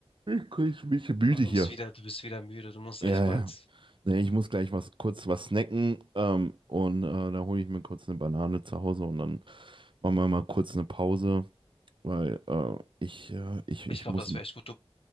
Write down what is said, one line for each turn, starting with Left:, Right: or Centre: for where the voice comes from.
Right: ich krieg mich müde
Left: Oh, du
Right: hier.
Left: bist wieder, du bist wieder müde. Du musst
Right: Ja,
Left: echt bald.
Right: ja. Nee, ich muss gleich was kurz was snacken ähm, und äh, dann hole ich mir kurz eine Banane zu Hause und dann machen wir mal kurz eine Pause, weil äh, ich, äh, ich,
Left: Ich
Right: ich
Left: glaube,
Right: muss,
Left: das wäre echt gut. Du,